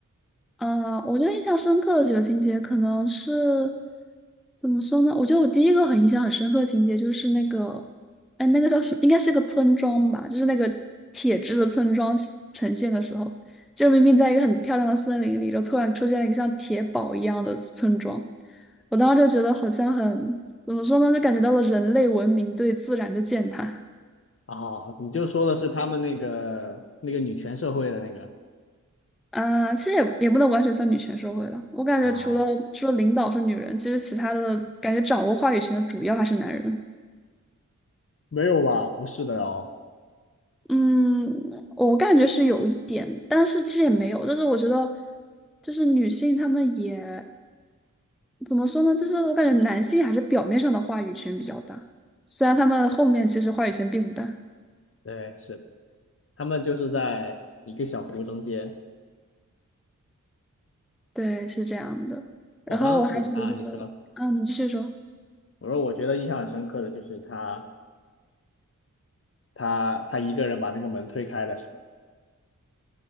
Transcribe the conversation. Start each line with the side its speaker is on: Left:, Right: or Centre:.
Centre: 呃，我觉得印象深刻的几个情节，可能是怎么说呢？我觉得我第一个很印象很深刻的情节就是那个，哎，那个叫什么？应该是个村庄吧，就是那个铁质的村庄是呈现的时候，就明明在一个很漂亮的森林里，就突然出现了一个像铁堡一样的村庄，我当时就觉得好像很，怎么说呢？就感觉到了人类文明对自然的践踏。
Left: 啊？你就说的是他们那个那个女权社会的那个
Centre: 啊，其实也也不能完全算女权社会了。我感觉除了除了领导是女人，
Left: 啊？
Centre: 其实其他的感觉掌握话语权的主要还是男人。
Left: 没有吧？不是的哦。
Centre: 嗯，我感觉是有一点，但是其实也没有，就是我觉得，就是女性她们也怎么说呢？就是我感觉男性还是表面上的话语权比较大，虽然他们后面其实话语权并不大。
Left: 对，是的，他们就是在一个小湖中间。
Centre: 对，是这样的。然后我还觉得，
Left: 我当时啊，你说，
Centre: 啊，你继续说。
Left: 我说我觉得印象很深刻的就是他。他他一个人把那个门推开的时候，